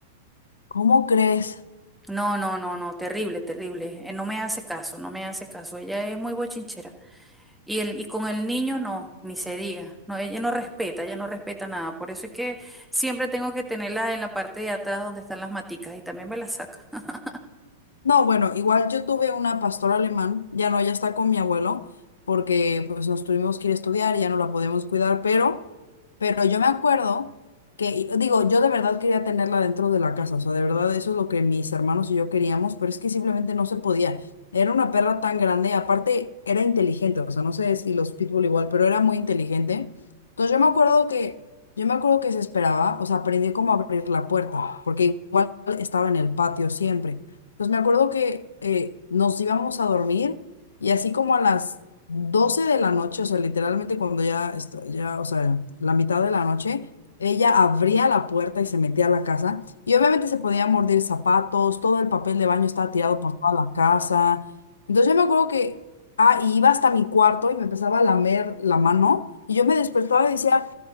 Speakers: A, on the left; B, in the centre.
A: ¿Cómo crees?
B: No, no, no, no, terrible, terrible. Eh, No me hace caso, no me hace caso. Ella es muy bochinchera. Y el, y con el niño no, ni se diga. No, ella no respeta, ella no respeta nada. Por eso es que siempre tengo que tenerla en la parte de atrás donde están las maticas y también me las saca. <laughs>
A: No, bueno, igual yo tuve una pastora alemán, ya no, ya está con mi abuelo, porque pues nos tuvimos que ir a estudiar, ya no la podemos cuidar, pero, pero yo me acuerdo que, y- digo, yo de verdad quería tenerla dentro de la casa, o sea, de verdad eso es lo que mis hermanos y yo queríamos, pero es que simplemente no se podía. Era una perra tan grande, aparte era inteligente, o sea, no sé si los pitbull igual, pero era muy inteligente. Entonces yo me acuerdo que, yo me acuerdo que se esperaba, o sea, aprendí cómo abrir la puerta, porque igual estaba en el patio siempre. Pues me acuerdo que eh, nos íbamos a dormir y así como a las 12 de la noche, o sea, literalmente cuando ya, esto- ya, o sea, la mitad de la noche, ella abría la puerta y se metía a la casa y obviamente se podía morder zapatos, todo el papel de baño estaba tirado por toda la casa. Entonces yo me acuerdo que, ah, y iba hasta mi cuarto y me empezaba a lamer la mano y yo me despertaba y decía...